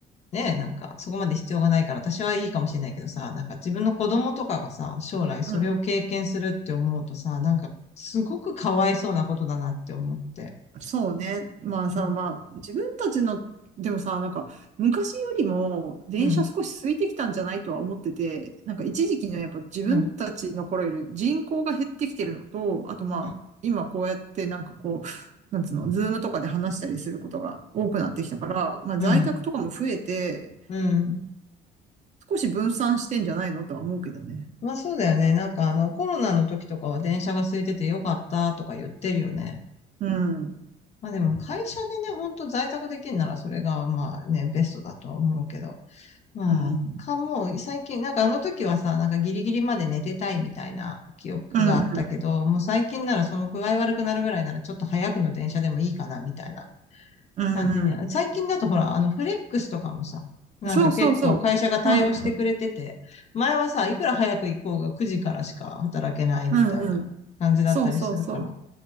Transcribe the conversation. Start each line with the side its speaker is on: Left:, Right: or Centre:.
Left: ね、なんか、そこまで必要がないから私はいいかもしれないけどさ、なんか自分の子供とかがさ、将来それを経験するって思うとさ、
Right: うん
Left: なんか、すごくかわいそうなことだなって思って。
Right: そうね。まあさ、
Left: うん、
Right: まあ、自分たちの、でもさ、なんか、昔よりも電車少し空いてきたんじゃないとは思ってて、
Left: うん、
Right: なんか一時期のやっぱ自分たちの頃より人口が減ってきてるのと、
Left: うん、
Right: あとまあ、
Left: うん、
Right: 今こうやってなんかこう、なんつうの、ズームとかで話したりすることが多くなってきたから、まあ在宅とかも増えて、
Left: うん、うん。
Right: 少し分散してんじゃないのとは思うけどね。
Left: まあそうだよね。なんかあの、コロナの時とかは電車が空いててよかったとか言ってるよね。
Right: うん。
Left: まあでも会社でね、ほんと在宅できるならそれがまあね、ベストだとは思うけど。まあ、
Right: うん。
Left: かもう、最近、なんかあの時はさ、なんかギリギリまで寝てたいみたいな記憶があったけど、
Right: うん。
Left: もう最近ならその具合悪くなるぐらいならちょっと早くの電車でもいいかなみたいな
Right: うん。
Left: 感じに。
Right: うん。
Left: 最近だとほら、あのフレックスとかもさ、なんか結構会社が対応してくれてて、
Right: そうそうそう。うん。
Left: 前はさ、いくら早く行こうが9時からしか働けないみたいな感じだったりするから。
Right: うん。うん。そうそうそう。